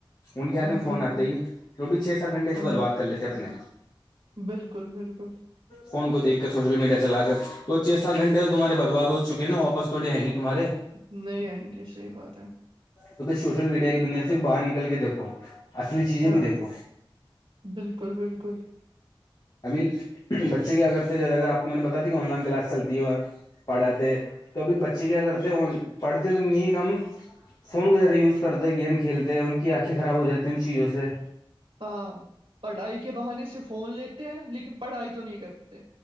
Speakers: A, on the left; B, on the right.
A: ان کے ہاتھ میں
B: ہاں
A: فون آتے
B: ہاں
A: ہی وہ بھی چھ سات گھنٹے سے
B: ہاں
A: برباد
B: ہاں
A: کر لیتے اپنے
B: بالکل بالکل
A: فون کو دیکھ کر سوشل میڈیا چلا کر تو چھ سات گھنٹے تو تمہارے برباد ہو چکے ناپس تھوڑ آئیں گے تمہارے
B: نہیں آئیں گے صحیح بات ہے
A: تو پہ سوشل میڈیا کی دنیا سے باہر نکل کے دیکھو اصلی چیزیں
B: ہاں
A: بھی دیکھو
B: بالکل بالکل
A: ابھی بچے کیا کرتے زیادہ اگر آپ کو میں نے بتا دی کہ آن لائن کلاس چلتی ہو پڑھاتے تو ابھی بچے کیا کرتے پڑھتے تو انی کم فون وغیرہ یوز کرتے گیم کھیلتے ہیں ان کی آنکھیں خراب ہو جاتی ان چیزوں سے
B: ہاں پڑھائی کے بہانے سے فون لیتے ہیں لیکن پڑھائی تو نہیں کرتے